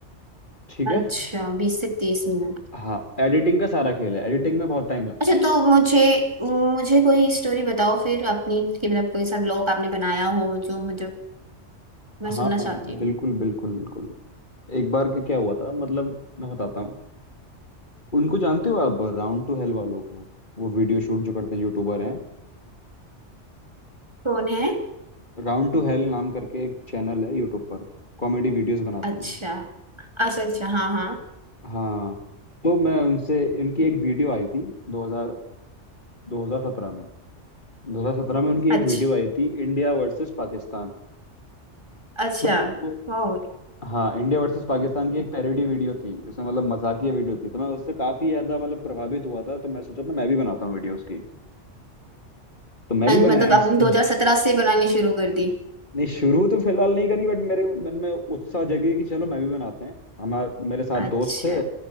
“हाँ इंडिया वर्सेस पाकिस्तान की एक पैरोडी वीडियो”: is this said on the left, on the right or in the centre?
Left